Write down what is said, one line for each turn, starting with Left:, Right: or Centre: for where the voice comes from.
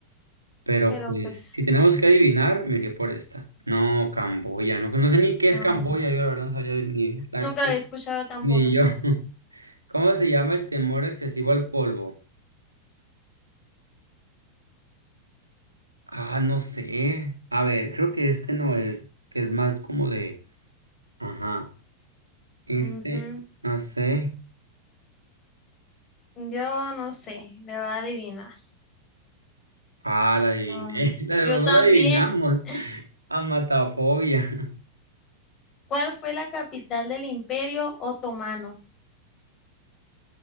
Right: Pero
Left: pero
Right: pues,
Left: pues,
Right: si tenemos que adivinar, me iré por esta. No, Camboya. No, no sé ni qué
Left: vamos.
Right: es Camboya, yo la verdad no sabía ni, la-
Left: Nunca la había escuchado tampoco.
Right: ni yo. <laughs> ¿Cómo se llama el temor excesivo al polvo? Ah, no sé. A ver, creo que este no es, que es más como de... Ajá. Este,
Left: Ujú.
Right: no sé.
Left: Yo no sé, le voy a adivinar.
Right: Ah, la adiviné.
Left: Ah,
Right: <laughs> La de
Left: yo
Right: los
Left: también.
Right: dos la adivinamos.
Left: <laughs>
Right: Amatafobia. <laughs>
Left: ¿Cuál fue la capital del Imperio Otomano?